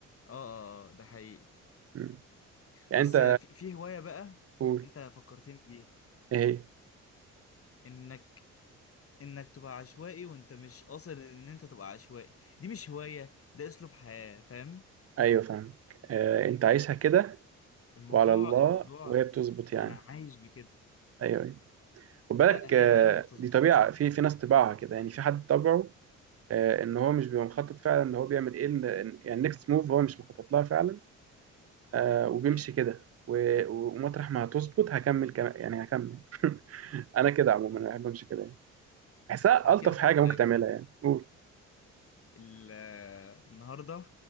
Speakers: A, on the left (about 50°); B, on the right (about 50°).
A: اه اه آه، ده حقيقي
B: مم. يعني
A: بس
B: انت
A: في في هواية بقى
B: قول
A: انت فكرتني بيها
B: ايه هي
A: انك انك تبقى عشوائي وانت مش قاصد ان انت تبقى عشوائي دي مش هواية ده اسلوب حياة فاهم
B: ايوه فاهمك آه، انت عايشها كده
A: الموضوع
B: وعلى الله
A: الموضوع
B: وهي بتظبط يعني
A: انا عايش بكده
B: ايوه ايوه خد
A: لا
B: بالك
A: هي
B: آه،
A: بقى ما بتظبطش
B: دي طبيعة في في ناس طباعها كده يعني في حد طبعه آه، ان هو مش بيبقى مخطط فعلا ان هو بيعمل ايه إن- إن- يعني نكست موف هو مش مخطط لها فعلا آه وبيمشي
A: ايوه
B: كده و- ومطرح ما هتظبط هكمل كم... يعني هكمل <laughs> انا كده عموما انا بحب امشي كده يعني بحسها
A: هحكي
B: الطف
A: لك
B: حاجه
A: على
B: ممكن
A: حاجة
B: تعملها يعني قول
A: ال- آه، النهاردة